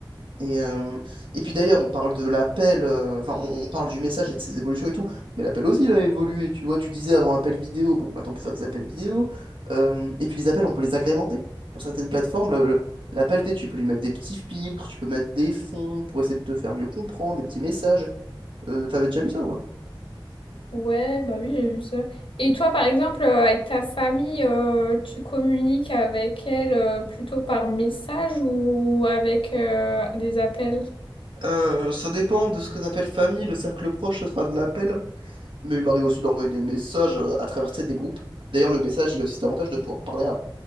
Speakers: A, on the right (about 75°); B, on the left (about 80°).
A: Et, euh, et puis d'ailleurs, on parle de l'appel, euh, enfin, on, on parle du message et de ses évolutions et tout, mais l'appel aussi, il a évolué, tu vois, tu disais avant appel vidéo, bon, maintenant on peut faire des appels vidéo, euh, et puis les appels, on peut les agrémenter. Sur certaines plateformes, le- le- l'appel, tu sais, tu peux lui mettre des petits filtres, tu peux mettre des fonds pour essayer de te faire mieux comprendre, des petits messages. Euh, t'avais déjà vu ça, ouais?
B: Ouais, bah oui, j'ai vu ça. Et toi, par exemple, euh, avec ta famille, euh, tu communiques avec elle euh, plutôt par message ou avec euh, des appels?
A: Euh, ça dépend de ce que t'appelles famille, le cercle proche, ce sera de l'appel. Mais il m'arrive aussi d'envoyer des messages euh, à travers tu sais, des groupes. D'ailleurs, le message, il a aussi cet avantage de pouvoir parler à